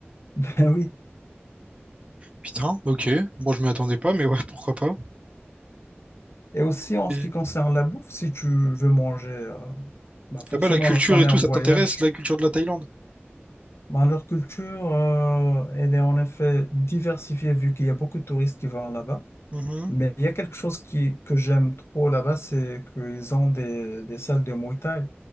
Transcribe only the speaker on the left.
<laughs> Ben oui.
Et aussi, en
ce qui concerne la bouffe, si tu veux manger, euh, bah forcément,
lorsqu'on
est
en
voyage,
bah, leur culture, euh, elle est en effet diversifiée vu qu'il y a beaucoup de touristes qui vont là-bas.
Mais il y a quelque chose qui, que j'aime trop là-bas, c'est qu'ils ont des, des salles de Muay Thai